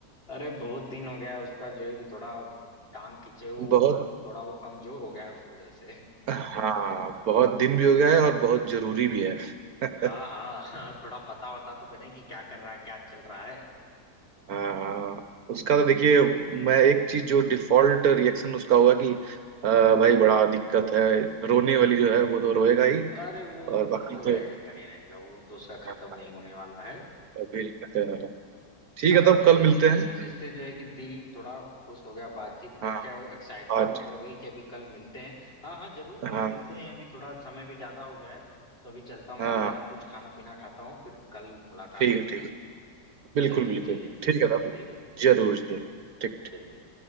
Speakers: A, on the left; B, on the right.
A: अरे बहुत दिन हो गया है उसका जो है कि थोड़ा टांग खींचे वो
B: बहुत
A: थोड़ा वो कमजोर हो गया है उस वजह से
B: हाँ बहुत दिन भी हो गया है और बहुत जरूरी भी है <laughs>
A: हाँ हाँ <laughs> हाँ थोड़ा पता वता तो करें कि क्या कर रहा है क्या चल रहा है
B: हाँ उसका तो देखिए मैं एक चीज जो डिफॉल्ट रिएक्शन उसका होगा कि अ, भाई बड़ा दिक्कत है रोने वाली जो है वो तो रोएगा ही
A: अरे वो
B: और बाकी
A: तो रहेगा
B: तो
A: ही रहेगा वो तो उसका खत्म
B: हाँ,
A: नहीं होने वाला है
B: और भी करते रहेगा ठीक
A: हालांकि
B: है तब कल
A: चलिए
B: मिलते हैं
A: इस चीज से जो है कि दिल थोड़ा खुश हो गया बातचीत करके
B: हाँ
A: और एक्साइटमेंट
B: आज
A: भी बढ़ गई कि अभी कल मिलते हैं हाँ हाँ जरूर
B: हाँ
A: कल मिलते हैं अभी थोड़ा समय भी ज्यादा हो गया है तो अभी चलता हूँ मैं
B: हाँ
A: भी जरा कुछ खाना पीना खाता हूँ फिर कल मुलाकात
B: ठीक
A: होगी
B: है ठीक है बिल्कुल
A: चलिए
B: बिल्कुल
A: चलिए ठीक
B: ठीक है तब
A: ठीक है
B: जरूर
A: ठीक
B: जरूर ठीक ठीक
A: चलिए